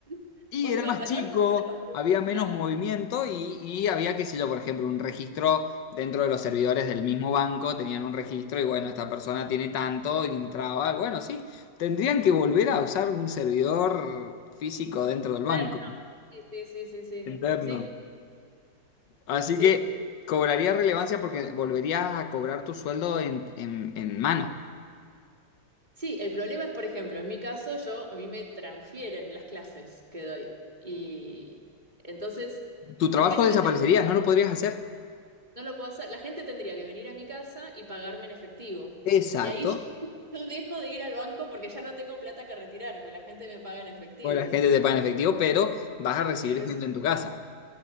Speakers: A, on the right (about 25°); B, on the left (about 70°).
A: <laughs>
B: Y
A: Vos
B: era
A: ibas
B: más
A: al
B: chico,
A: banco y te dabas tu
B: había menos
A: plata.
B: movimiento y, y había, qué sé yo, por ejemplo, un registro dentro de los servidores del mismo banco, tenían un registro y bueno, esta persona tiene tanto, y entraba, bueno, sí, tendrían que volver a usar un servidor físico dentro
A: Externo.
B: del banco,
A: Sí, sí, sí, sí, sí.
B: interno.
A: Sí,
B: Así
A: sí.
B: que cobraría relevancia porque volverías a cobrar tu sueldo en, en, en mano.
A: Sí, el problema es, por ejemplo, en mi caso, yo, a mí me transfieren las clases que doy. Y entonces,
B: Tu
A: la
B: trabajo
A: gente
B: desaparecería, no lo podrías hacer.
A: No lo puedo hacer. La gente tendría que venir a mi casa y pagarme en efectivo.
B: Exacto.
A: Y ahí yo, yo dejo de ir al banco porque ya no tengo plata que retirar, porque la gente me paga en efectivo.
B: Bueno, la gente te paga en efectivo, pero vas a recibir
A: Ahí resu-
B: gente en tu casa.